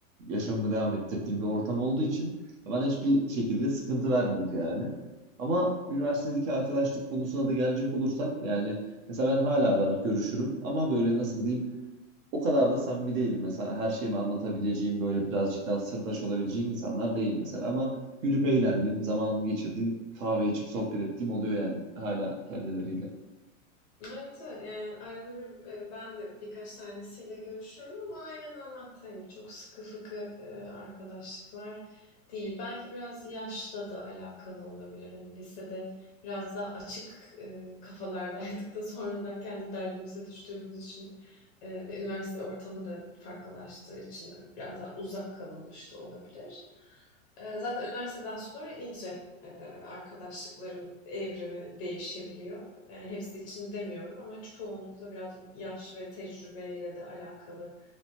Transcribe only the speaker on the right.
yaşamımı devam ettirdiğim bir ortam olduğu için bana hiçbir şekilde sıkıntı vermiyordu yani. Ama üniversitedeki arkadaşlık konusuna da gelecek olursak yani mesela ben hala arar görüşürüm ama böyle nasıl diyeyim o kadar da samimi değilim mesela her şeyimi anlatabileceğim böyle birazcık daha sırdaş olabileceğim insanlar değil mesela ama gülüp eğlendiğim, zaman geçirdiğim, kahve içip sohbet ettiğim oluyor yani hala kendileriyle.